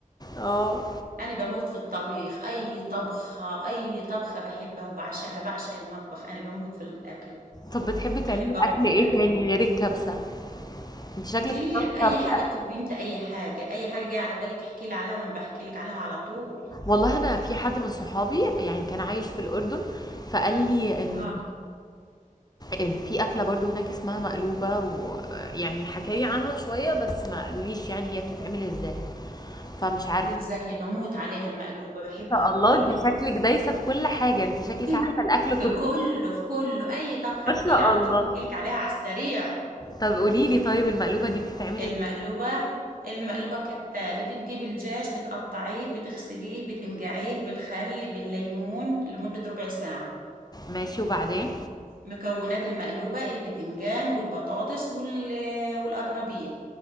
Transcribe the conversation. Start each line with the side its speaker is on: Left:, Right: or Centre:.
Left: اه
Right: أنا بموت في الطبيخ أي طبخة أي طبخة بحبها وبعشقها بعشق المطبخ أنا بموت في الأكل
Left: طب بتحبي تعملي
Right: بحب اطبخ
Left: اكل ايه
Right: الاكل
Left: تاني
Right: يعني
Left: غير الكبسه انت شكلك
Right: كتير اي
Left: شاطره
Right: حاجه اطلبي انت اي حاجه اي حاجه جايه على بالك احكي لي عليها وانا بحكي لك عليها على طول
Left: والله أنا في حد من صحابي يعني كان عايش في الأردن فقال لي إن
Right: اه
Left: إن في أكلة برضو هناك اسمها مقلوبة ويعني حكى لي عنها شوية بس ما قالوليش يعني هي بتتعمل إزاي فمش عارفة
Right: كتير زاكيه بموت عليها المقلوبه بحبها
Left: إيه ده
Right: كتير
Left: الله انت شكلك دايسة في كل حاجة انت شكلك
Right: <laughs>
Left: عارفة الأكل
Right: في
Left: كله
Right: كله في كله اي طبخه
Left: ما
Right: احكي
Left: شاء
Right: لي على
Left: الله
Right: طول بحكي لك عليها على السريع
Left: طب قولي لي طيب المقلوبة دي بتتعمل
Right: المقلوبه
Left: إزاي
Right: المقلوبه كالتالي بتجيبي الدجاج بتقطعيه بتغسليه بتنقعيه بالخل بالليمون لمده ربع ساعه
Left: ماشي وبعدين
Right: مكونات المقلوبه البتنجان والبطاطس وال- والقرنبيط